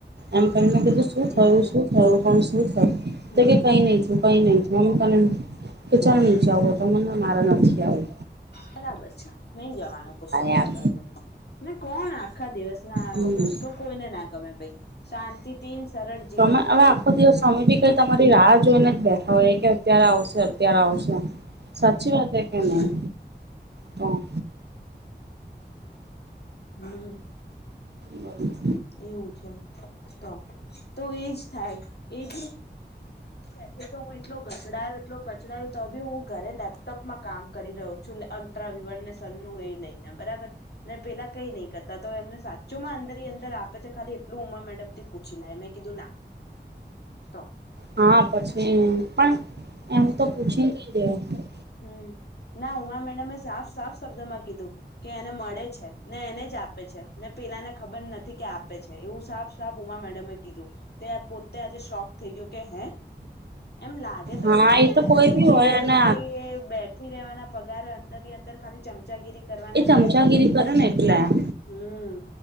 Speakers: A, on the right; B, on the left.
A: એમ કરીને કીધું શું
B: હમ
A: થયું શું થયું પણ શું થયું
B: હમ
A: તો કે કઈ નહી કઈ ને થયું. તમે કે
B: બોલો
A: ચાલ નીચે આવુ તો મને મારે નથી આવુ.
B: બરાબર છે નહી જવાનો ગુસ્સો કરતા
A: યાર
B: હોય તો. ને કોણ આખા દિવસ ના
A: હમ
B: ગુસ્સો કોઈને ના ગમે ભાઈ શાંતિથી સરળ જીવનમાં
A: તમે હવે
B: જીવવું
A: આખો દિવસ સ્વામી ભી કઈ તમારી રાહ જોઈને જ બેઠા હોય કે અત્યારે આવશે ત્યારે આવશે સાચી વાત છે કે નહી.
B: હમ
A: હમ્મ.
B: હમ્મ.
A: બરાબર.
B: એવું છે તો તો એજ થાય એ બી એ હું એટલો ઘસડાયો એટલો પછડાયો તો બી હું ઘરે લેપટોપમાં કામ કરી રહ્યો છું અ <unintelligible> બને સનુ એ લઈને ગયા બરાબર ને પેલા કઈ નહી કરતા તો એમને સાચું માં અંદર હિ અંદર ખાલી એટલું ઉમા મેડમથી પૂછી લાય મેં કીધું ના તો
A: હા પછી પણ એમ તો પૂછી નઈ દેવાનું.
B: હમ્મ ના ઉમા મેડમે સાફ સાફ શબ્દ માં કીધું. કે એને મળે છે ને એને જ આપે છે ને પેલાને ખબર નથી કે આપ આપે છે એવું સાફ સાફ ઉમા મેડમે કીધું તે પોતે આજે શોક થઈ ગયો કે હે એમ લાગે તો
A: હા
B: ખરા
A: એ
B: ને
A: તો કોઈ બી
B: કે
A: હોય અને
B: ભાઈ બેઠી રેવાના પગાર અંદર ની અંદર ખાલી ચમચાગીરી કરવાના
A: એ ચમચાગીરી
B: લે છે.
A: કરે ને એટલે હમ
B: હમ્મ